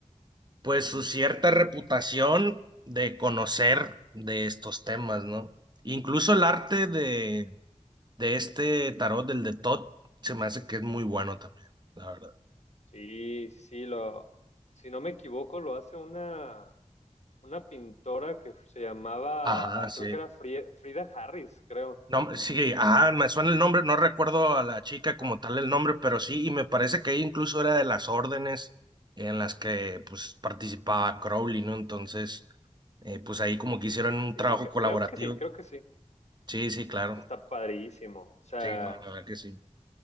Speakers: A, on the right; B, on the left.
A: Pues su cierta reputación de conocer de estos temas, ¿no? Incluso el arte de de este tarot, del de Todd, se me hace que es muy bueno también, la verdad.
B: Sí, sí, lo, si no me equivoco, lo hace una, una pintora que se llamaba,
A: Ajá, sí.
B: creo que era Frie- Frida Harris, creo.
A: No, sí, ajá, me suena el nombre, no recuerdo a la chica
B: Ajá.
A: como tal el nombre, pero sí, y me parece que ella incluso era de las órdenes en las que pues participaba Crowley, ¿no? Entonces, eh, pues ahí como que hicieron un
B: Sí,
A: trabajo
B: cre-
A: colaborativo.
B: creo que sí, creo que sí.
A: Sí, sí, claro.
B: Está padrísimo. O sea,
A: Sí, no, la verdad que sí.